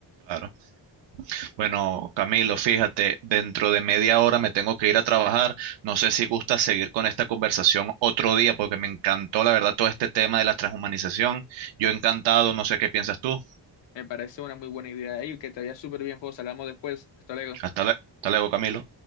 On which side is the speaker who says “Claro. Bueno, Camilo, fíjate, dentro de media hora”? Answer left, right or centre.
Right